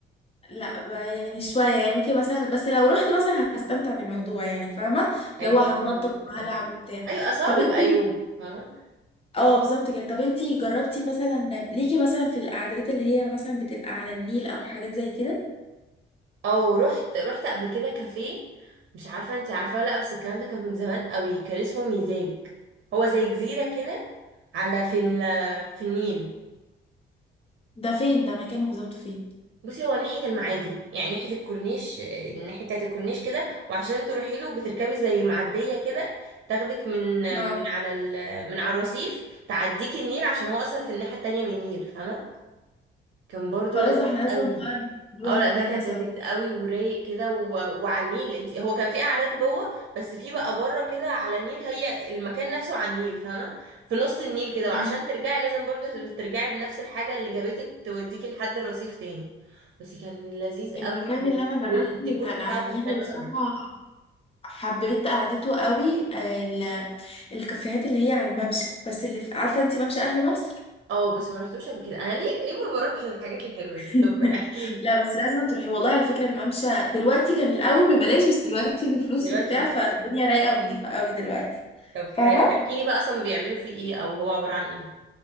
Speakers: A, on the left; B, on the right.
A: لا ب- يعني شويه يعني ممكن مثلا بس لو رحت مثلا هستمتع بالموضوع يعني فاهمه اللي
B: ايوه
A: هو هتنطط
B: هي لذيذه
A: وهلعب
B: قوي
A: وبتاع
B: ايوه اصلا
A: طب
B: هو بيبقى
A: انت
B: يوم فاهمه
A: اه بالظبط كده طب انتي جربتي مثلا ليكي مثلا في القعدات اللي هي مثلا بتبقى على النيل او حاجات زي كده
B: او رحت رحت قبل كده كافيه مش عارفه انت عارفه ولا لا بس الكلام ده كان من زمان قوي كان اسمه ميزاج هو زي جزيره كده على في ال- في النيل
A: ده فين ده مكانه بالظبط فين
B: بصي هو ناحيه المعادي يعني ناحيه الكورنيش الناحيه بتاعه الكورنيش كده وعشان تروحي له بتركبي زي معديه كده تاخدك من
A: اه
B: من على ال- من على الرصيف تعديكي النيل عشان هو اصلا في الناحيه التانية من النيل فاهمه كان برضو
A: خلاص
B: لذيذ
A: ده احنا لازم
B: قوي
A: بقى نروح
B: اه
A: المكان
B: لا ده كان
A: ده سوا
B: لذيذ قوي ورايق كده و... وعلى النيل انت هو كان في قعدات جوه بس في بقى بره كده على النيل هي المكان نفسه على النيل فاهمه في نص النيل كده
A: مم.
B: وعشان ترجعي لازم برضه ترجعي بنفس الحاجه اللي جابتك توديكي لحد الرصيف تاني بس كان لذيذ
A: المكان
B: قوي و-
A: اللي انا جربته
B: والديكور
A: كان
B: بتاعه
A: على
B: كان
A: النيل
B: حلو
A: بصراحة
B: قوي
A: حبيت قعدته قوي آه، ال- الكافيهات اللي هي على الممشى بس اللي في- عارفة انتي ممشى اهل مصر
B: اه بس ما رحتوش قبل كده انا ليه ليه ما بروحش الحاجات الحلوه دي
A: <laughs>
B: طب احكي لي
A: لا بس لازم تروحي والله على فكرة الممشى دلوقتي كان الأول ببلاش بس دلوقتي بفلوس
B: دلوقتي
A: وبتاع
B: بفلوس
A: فالدنيا رايقة ونضيفة قوي دلوقتي
B: طب حلو
A: فاهمة
B: احكي لي بقى اصلا بيعملوا فيه ايه او هو عباره عن ايه